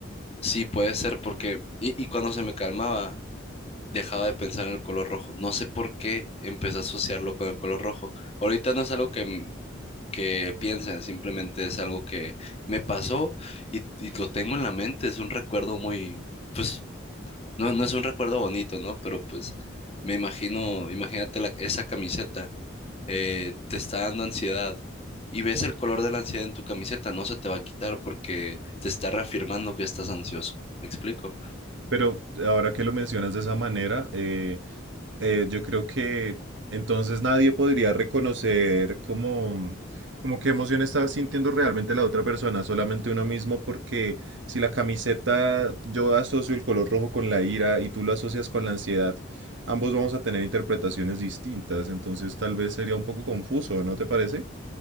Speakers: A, on the left; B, on the right.
A: Sí, puede ser porque, y, y cuando se me calmaba, dejaba de pensar en el color rojo. No sé por qué empecé a asociarlo con el color rojo. Ahorita no es algo que, m- que piensen, simplemente es algo que me pasó y, y lo tengo en la mente. Es un recuerdo muy, pues, no, no es un recuerdo bonito, ¿no? Pero pues me imagino, imagínate la- esa camiseta. eh, te está dando ansiedad y ves el color de la ansiedad en tu camiseta, no se te va a quitar porque te está reafirmando que estás ansioso. ¿Me explico?
B: Pero ahora que lo mencionas de esa manera, eh, Eh, yo creo que entonces nadie podría reconocer como, como qué emoción está sintiendo realmente la otra persona, solamente uno mismo, porque si la camiseta yo asocio el color rojo con la ira y tú lo asocias con la ansiedad, ambos vamos a tener interpretaciones distintas, entonces tal vez sería un poco confuso, ¿no te parece?